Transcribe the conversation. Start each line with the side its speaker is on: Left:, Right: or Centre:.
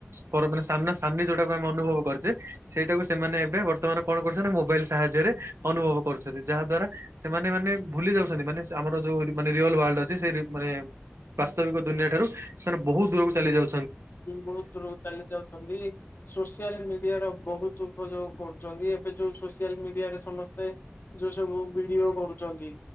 Right: କରୁ ମାନେ ସାମ୍ନା ସାମ୍ନି ଯୋଉଟାକୁ ଆମେ ଅନୁଭବ କରିଛେ ସେଇଟାକୁ ସେମାନେ ଏବେ ବର୍ତ୍ତମାନ କଣ କରୁଛେ ନା ମୋବାଇଲ ସା ସାହାଯ୍ୟରେ ଅନୁଭବ କରୁଛନ୍ତି, ଯାହା ଦ୍ୱାରା ସେମାନେ ମାନେ ଭୁଲି ଯାଉଛନ୍ତି ମାନେ ସେ ଆମର ଯୋଉ ମାନେ ରିଅଲ ୱର୍ଲ୍ଡ । ସେ ମାନେ ବାସ୍ତବିକ ଦୁନିଆ ଠାରୁ ସେମାନେ ବହୁତ ଦୂରକୁ ଚାଲି ଯାଉ
Left: ବହୁତ ଦୂରକୁ ଚାଲି ଯାଉଛନ୍ତି, ସୋସିଆଲ ମିଡିଆ ର ବହୁତ ଉପଯୋଗ କରୁଛନ୍ତି, ଏବେ ଯୋଉ ସୋସିଆଲ ମିଡିଆରେ ସମସ୍ତେ ଯୋଉ ସବୁ ଭିଡିଓ କରୁଛନ୍ତି।